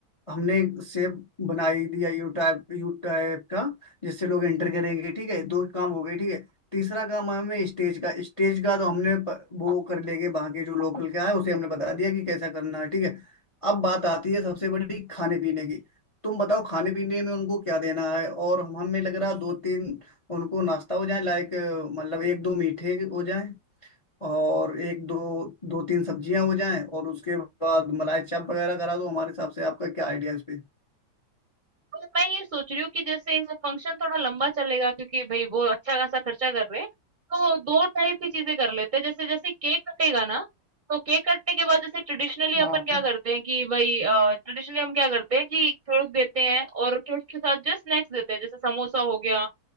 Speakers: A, on the left (about 60°); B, on the right (about 50°).
A: हमने सेब बना ही दिया यू टाइप यू टाइप का जिससे लोग एंटर करेंगे ठीक है दो काम हो गए ठीक है तीसरा काम है हमें स्टेज का स्टेज का तो हमने प- वो कर लेंगे वहाँ के जो लोकल क्या है उसे हमने बता दिया कि कैसा करना है ठीक है अब बात आती है सबसे बड़ी खाने पीने की तुम बताओ खाने पीने में उनको क्या देना है और हम हमें लग रहा है दो तीन उनको नाश्ता हो जाए लाइक मतलब एक दो मीठे हो जाए, और एक दो दो तीन सब्जियां हो जाएं और उसके बाद मलाई चाप वगैरह करा दो हमारे हिसाब से आपका क्या आइडिया है इस पे
B: और मैं ये सोच रही हूँ कि जैसे फंक्शन थोड़ा लंबा चलेगा क्योंकि भाई वो अच्छा खासा खर्चा कर रहे हैं तो दो टाइप की चीजें कर लेते हैं जैसे जैसे केक कटेगा ना तो केक कटने के बाद जैसे ट्रेडिशनली अपन
A: हाँ
B: क्या करते हैं कि भाई ट्रेडिशनली हम क्या करते हैं कि केक देते हैं और केक के साथ जो स्नैक्स देते हैं जैसे समोसा हो गया